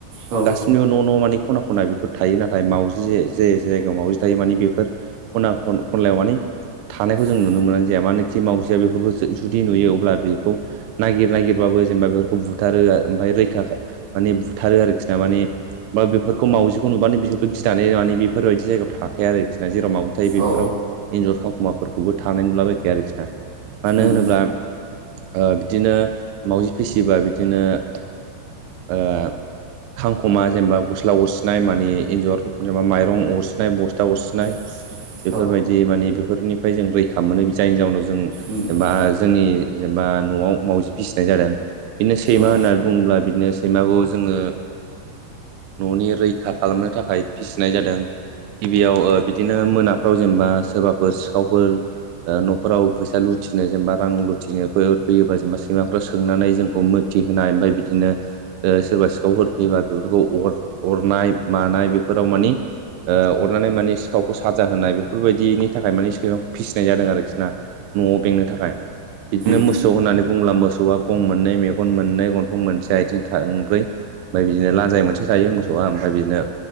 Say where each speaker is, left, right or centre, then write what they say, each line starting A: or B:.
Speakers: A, on the right (about 55°); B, on the right (about 85°).
A: औ औ
B: गासिनिबो न' न' माने ख'ना ख'ना बेफोर थायो नाथाय मावजि जे जायगायाव मावाजि थायो माने बेफोर ख'ना ख'न ख'नलायाव मानि थानायखौ जों
A: औ
B: नुनो मोननाय जाया। मानोखि मावजिया बेफोरखौ जुदि नुयो अब्ला बे खौ नागिर नागिरबाबो जेनेबा बेफोरखौ बुथारो ओमफ्राय रैखा माने बुथारो आरोखि ना माने बा बेफोरखौ माउजिखौ नुबानो बिसोरबो गिनानै नुनानै बेफोरबायदि जायगायाव थाखाया आरोखिना जेराव मावजि नाथाय बेफोराव
A: औ
B: एन्जर खांखुमाफोरखौबो थानाय नुलाबायखाया आरोखिना मानो
A: उम
B: होनोब्ला ओ बिदिनो मावजि फिसिबा बिदिनो ओ खांख'मा जेनेबा गस्ला अरसिनाय मानि एन्जर जेनेबा माइरं अरसिनाय बसथा अरसिनाय
A: <inaudible>
B: बेफोरबायदि माने बेफोरनिफ्राय जों रैखा मोनो जायनि जाउनाव जों
A: उम
B: एबा
A: उम
B: जोंनि जेनबा न'आव मावजि फिसिनाय जादों बिदिनो सैमा
A: औ
B: होननानै बुङोब्ला बिदिनो सैमाखौ जोङो न'नि रैखा खालामनो थाखाय फिसिनाय जादों। गिबियाव ओ बिदिनो मोनाफ्राव जेनबा सोरबाफोर सिखावफोर ओ न'फोराव फैसा लुथिनो जेनेबा रां लु थिनो फैयोबा जेनेबा सैमाफ्रा सोंनानै जोंखौ मोथि होनाय ओमफ्राय बिदिनो ओ सोरबा सिखावफोर फैयोबा बेफोरखौ अर अरनाय मानाय बेफोराव मानि ओ अरनानै माने सिखावखौ साजा होनाय बेफोरबायदिनि थाखाय माने सैमाखौ फिसिनाय जादों आरोखि ना? न'आव बेंनो थाखाय बिदिनो
A: थाखाय
B: मोसौ होननानै बुङोब्ला मोसौआ गं मोननै मेगन मोननै गन्थं मोनसे आथिं थोंब्रै ओमफ्राय बिदिनो लान्जाइ मोनसे थायो मोसौआ ओमफ्राय बिदिनो